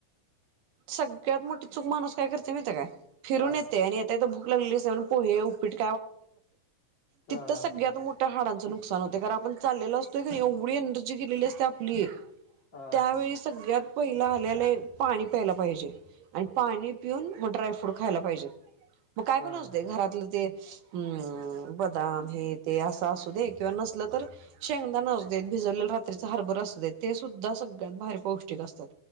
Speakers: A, on the right; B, on the left.
A: सगळ्यात मोटी चूक माणूस काय करतय माहितीय काय? फिरून
B: हा
A: येते आणि येतायेता भूक लागली असे पोहे उपीट तिथं
B: हा हा
A: सगळ्यात मोट हाडांचं नुकसान होतय कारण आपण चाललेलो असतोय कणी एवढी एनर्जी गेलेली असत्या <unintelligible>
B: हा
A: त्यावेळी
B: हा
A: सगळ्या पहिला आल्याले पाणी प्यायला पाहिजे आणि पाणी पिऊन मग ड्रायफ्रूट खायला पाहिजेत. मग काय पण
B: हा
A: असुदे
B: हा
A: घरातलं ते. अम बदाम हे ते अस असू दे किवा नसल तर शेंगदान असुदेत. भिजवलेलं रात्रीच हरभर असूदेत ते सुद्धा <unintelligible> पौष्टिक असतात